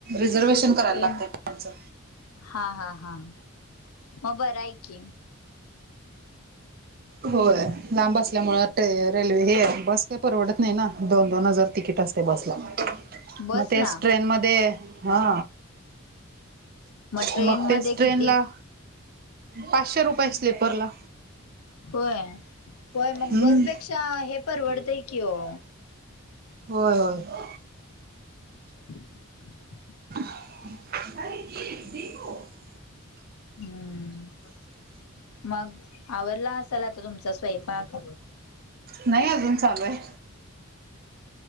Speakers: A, on the right (about 45°); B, on the left (about 85°).
A: रिझर्वेशन करायला
B: ट्रेन
A: लागतय त्यांचं
B: हा हा हा मग बरं आहे की
A: होय लांब असल्यामुळं ते रेल्वे हे बसन काही परवडत नाही ना दोन दोन हजार तिकीट असते बसला
B: बसला
A: मग तेच ट्रेन मध्ये हा
B: ट्रेन
A: मग
B: मध्ये
A: तेच ट्रेन
B: किती
A: ला पाचशे रुपये स्लीपरला
B: होय होय
A: हम्म
B: मग बसपेक्षा हे परवडतय की ओ
A: होय होय
B: <inaudible>
A: <inaudible>
B: हम्म मग आवरला असेल आता तुमचा स्वयंपाक
A: नाही अजुन चालू आहे